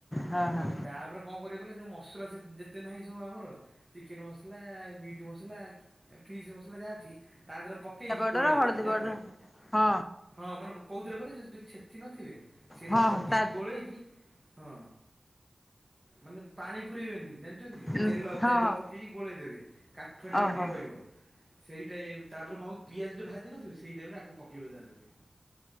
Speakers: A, on the left; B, on the right.
A: ହଁ
B: ପ
A: ହଁ
B: ତାପରେ। କଣ କରିବେ କହିଲେ ଯେଉଁ ମସଲା ଯେତେ ନାହିଁ ସବୁ ଆମର ଚିକେନ୍ ମସଲା ମିଟ୍ ମସଲା। ଫିସ୍ ମସଲା ଯାହା ଅଛି ତା ଦେହରେ ପକେଇକି
A: ଜିରା ପାଉଡର
B: ଗୋଳେଇ
A: ହଳଦୀ
B: ଦେବେ ଜାଣିଲେ।
A: ପାଉଡର ହଁ
B: ହଁ ମାନେ କୋଉଥିରେ କହିଲେ ଯେଉଁ ଛେଚି ନଥିବେ ସେଇଟାରେ
A: ହଁ
B: ପକେଇକି
A: ତା
B: ଗୋଳେଇକି। ହଁ ମାନେ ପାଣି ପୁରେଇବେନି। ତେଲ
A: ହଁ ହଁ
B: ତେଲ ପକେଇକି ଗୋଳେଇ ଦେବେ କାଠୁଆ ଟାଇପ୍
A: ଓହୋ
B: ର ଟିକେ ରହିବ ସେଇଟା। ତାପରେ କଣ ପିଆଜ ଯୋଉଁ ଭାଜି ନଥିବେ ସେଇ ଟାଇମ୍ ରେ ଆକୁ ପକେଇବେ ତା ଦେହରେ।